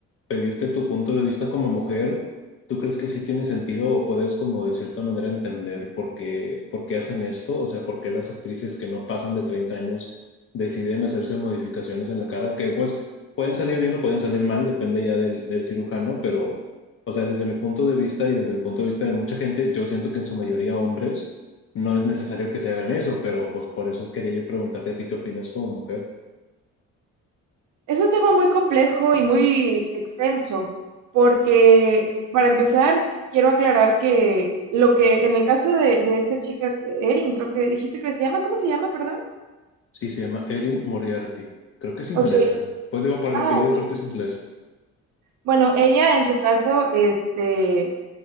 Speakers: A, on the left; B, on the right.
A: pedirte tu punto de vista como mujer. ¿Tú crees que sí tiene sentido o puedes como de cierta manera entender por qué, por qué hacen esto? O sea, por qué las actrices que no pasan de 30 años deciden hacerse modificaciones en la cara que pues pueden salir bien o pueden salir mal, depende ya del, del cirujano, pero, o sea, desde mi punto de vista y desde el punto de vista de mucha gente, yo siento que en su mayoría hombres no es necesario que se hagan eso, pero pues por eso quería yo preguntarte a ti qué opinas como mujer.
B: Es un tema muy complejo y muy extenso, porque para empezar, quiero aclarar que lo que en el caso de, de esta chica, Erin, creo que dijiste que se llama, ¿cómo se llama, perdón?
A: Sí, se llama Erin Moriarty. Creo que es inglesa.
B: Ok,
A: Pues digo, por
B: ah,
A: el apellido
B: ok.
A: creo que es inglés.
B: Bueno, ella en su caso, este,